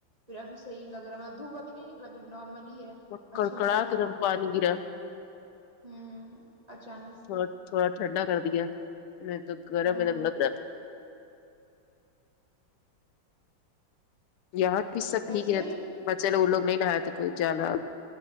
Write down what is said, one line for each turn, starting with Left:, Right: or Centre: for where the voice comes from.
Right: پھر آب صحیح لگ رہا مطلب دھوپ ابھی نہیں نکلا پھر نارملی ہی ہے
Left: بہت کڑکڑا
Right: اچھا لگ رہا
Left: اک
Right: ہے
Left: دم پانی گیرا
Right: ہوں اچانک سے
Left: تھڑا تھوڑا ٹھنڈا کر دیا نہیں تو گرم
Right: ہاں
Left: گرم لگ رہا تھا یہاں بھی سب بھیگ
Right: ایسے
Left: گیا
Right: ہی
Left: تھے بچے لوگ وہ لوگ نہیں نہایا تھے کوئی زیادہ